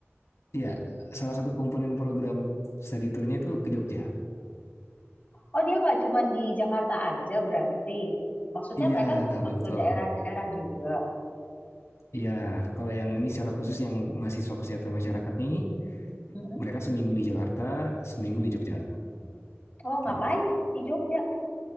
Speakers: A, on the left (about 85°); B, on the left (about 35°).
A: Iya, salah satu komponen program study tour-nya itu ke Jogja.
B: Oh, dia nggak cuma di Jakarta aja berarti. Maksudnya
A: Iya,
B: mereka bisa
A: betul.
B: ke daerah-daerah juga.
A: Iya, kalau yang ini secara khusus yang mahasiswa kesehatan masyarakat nih,
B: Mm-mm.
A: mereka seminggu di Jakarta, seminggu di Jogja,
B: Oh,
A: kayak
B: ngapain
A: gitu.
B: di Jogja?